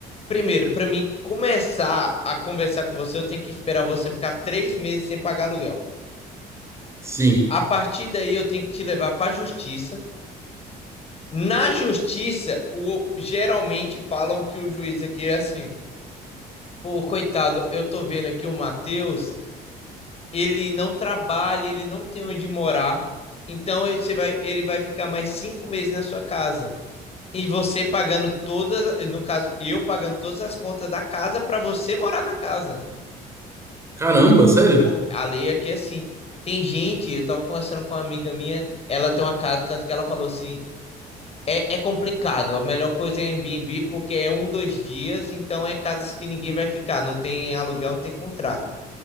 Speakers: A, on the left; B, on the right.
A: Primeiro, pra mim começar a conversar com você, eu tenho que esperar você ficar três meses sem pagar aluguel.
B: sim.
A: A partir daí, eu tenho que te levar pra justiça. Na justiça, o, geralmente falam que o juiz aqui é assim. Pô, coitado, eu tô vendo aqui o Matheus, ele não trabalha, ele não tem onde morar. Então, você vai, ele vai ficar mais cinco meses na sua casa. E você pagando todas, no caso, eu pagando todas as contas da casa para você morar na casa.
B: Caramba, sério?
A: Pô, A lei aqui é assim. Tem gente, eu tava conversando com uma amiga minha, ela tem uma casa, tanto que ela falou assim: é, é complicado, a melhor coisa é Airbnb porque é um, dois dias, então é casas que ninguém vai ficar, não tem aluguel, não tem contrato.